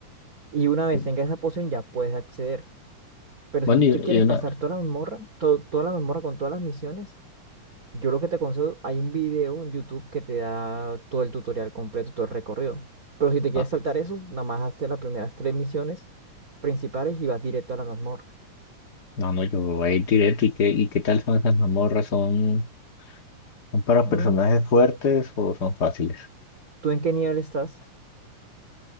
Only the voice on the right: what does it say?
Y una vez
tengas esa poción, ya puedes acceder. Pero
si tú
te quieres
pasar toda la mazmorra, to- toda la mazmorra con todas las misiones, Yo lo que te aconsejo, hay un video en YouTube que te da todo el tutorial completo, todo el recorrido. Pero si te quieres
saltar eso, nada más haces las primeras tres misiones principales y vas directo a la mazmorra.
Mm,
¿tú en qué nivel estás?